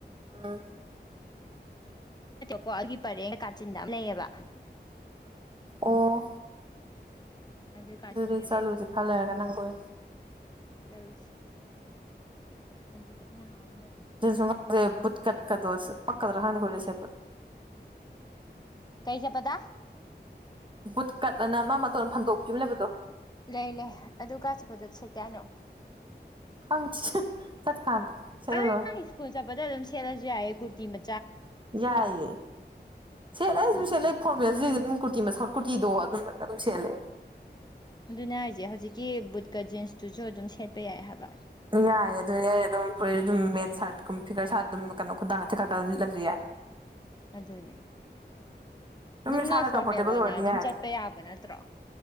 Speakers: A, on the right (about 30°); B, on the left (about 25°).
A: ꯎꯝ
B: ꯀꯣ ꯑꯩꯒꯤ ꯄꯔꯦꯡ ꯀꯥꯆꯤꯟꯗ ꯑꯃ ꯂꯩꯑꯕ
A: ꯑꯣ
B: ꯑꯗꯨꯏ ꯀꯥꯆꯤꯟꯗꯨꯗꯤ
A: ꯑꯗꯨꯗꯤ ꯆꯠꯂꯨꯁꯦ ꯈꯔ ꯂꯩꯔꯒ ꯅꯪꯒ ꯑꯣꯏꯅ
B: ꯆꯠꯂꯨꯁꯤ ꯑꯗꯨꯗꯤ ꯅꯍꯥꯟꯃꯨꯛ
A: ꯁꯨ
B: ꯄꯨꯖꯥ
A: ꯕꯨꯠꯀꯠ ꯀꯗꯣ ꯁꯦꯠꯄ ꯄꯀꯗꯔ ꯈꯪꯗꯦ ꯀꯣꯂꯦꯁꯇ ꯁꯦꯠꯄ
B: ꯀꯩ ꯆꯠꯄꯗ
A: ꯕꯨꯠ ꯀꯠ ꯑꯅ ꯑꯃ ꯃꯇꯣꯟ ꯐꯟꯗꯣꯛꯄꯤ ꯑꯃ ꯂꯩꯕꯗꯣ
B: ꯂꯩ ꯂꯩ ꯑꯗꯨ ꯀꯥꯏ ꯆꯠꯄꯗ ꯁꯠꯀꯦ ꯍꯥꯏꯔꯤꯅꯣ
A: ꯈꯪꯗꯦ ꯆꯠꯀꯥꯟꯗ ꯁꯠꯂ
B: ꯑꯗꯨ
A: ꯂꯣꯏꯔꯦ
B: ꯅꯪ ꯁ꯭ꯀꯨꯜ ꯁꯦꯠꯂꯁꯨ ꯌꯥꯏꯌꯦ ꯀꯨꯔꯔꯤ ꯃ
A: ꯌꯥꯏꯑꯦ ꯁꯦꯠꯂꯦꯁꯨ
B: ꯃꯤꯅꯦ
A: ꯁꯦꯠꯂꯦ ꯐꯣꯔꯃꯦꯜꯁꯤꯁꯦ ꯑꯗꯨꯝ ꯀꯨꯔꯇꯤ ꯃꯊꯛ ꯀꯨꯇꯤꯗꯣ ꯑꯗꯨꯝ ꯑꯗꯨꯝ ꯁꯦꯠꯂꯦ
B: ꯑꯗꯨꯅꯦ ꯍꯥꯏꯁꯦ ꯍꯧꯖꯤꯛꯀꯤ ꯕꯨꯠꯀ ꯖꯤꯟꯁꯇꯨꯁꯨ ꯑꯗꯨꯝ ꯁꯦꯠꯄ ꯌꯥꯏ ꯍꯥꯏꯕ
A: ꯌꯥꯏꯌꯦ ꯑꯗꯨꯅꯦ ꯑꯩꯅ ꯑꯗꯨꯝ <unintelligible> ꯁꯥꯔꯠ ꯐꯤꯒꯔ ꯁꯥꯔꯠ ꯑꯗꯨꯝ ꯀꯩꯅꯣ ꯈꯨꯗꯥꯡ ꯊꯦꯀꯠꯂꯒ ꯑꯗꯨꯝ ꯂꯤꯠꯂꯁꯨ ꯌꯥꯏ
B: ꯑꯗꯨꯅꯦ ꯑꯗꯨꯝ
A: ꯏꯁꯥꯅ
B: ꯅꯣꯏ ꯐꯣꯔꯃꯦꯜ
A: ꯀꯝꯐꯣꯔꯇꯦꯕꯜ
B: ꯑꯣꯏꯅ
A: ꯑꯣꯏꯔꯗꯤ
B: ꯑꯗꯨꯝ
A: ꯌꯥꯏꯗ
B: ꯆꯠꯄ ꯌꯥꯕ ꯅꯠꯇ꯭ꯔꯣ